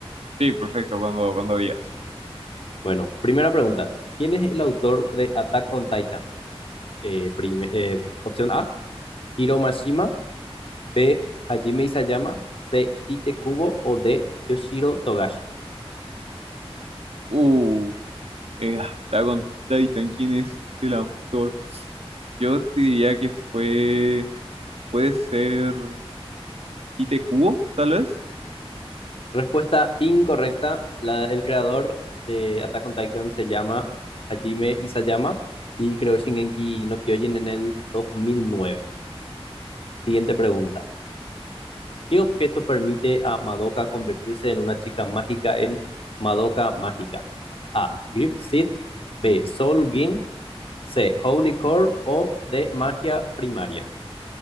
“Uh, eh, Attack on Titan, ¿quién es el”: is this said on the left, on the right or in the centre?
Right